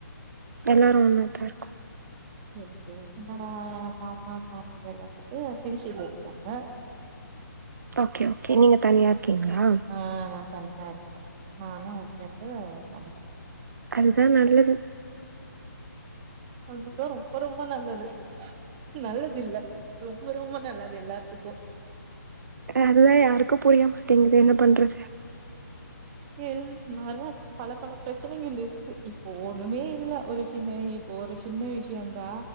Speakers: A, on the right (about 60°); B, on the right (about 25°).
A: எல்லாரு ஒன்னாதாருக்கோ
B: செரி செரி என்னோட மாமா மாமியார் வந்துட்டு திருச்சில இருக்காங்க
A: ஓகே ஓகே நீங்க தனியாருக்கீங்களா
B: ஆ நா தனியாருக்கோ நானு ஹஸ்பண்ட்டு தம்பி
A: அதுதா நல்லது
B: அதுதா ரொம்ப ரொம்ப நல்லது நல்லதில்ல ரொம்ப ரொம்ப நல்லது எல்லாத்துக்கு
A: அதுதா யாருக்கு புரியமாட்டேங்குது என்ன பண்றது
B: எல் நொர பல பல பிரச்சனைங்கள் இருக்கு இப்போ ஒன்னுமே இல்ல ஒரு சின்ன இப்போ ஒரு சின்ன விஷ்யந்தா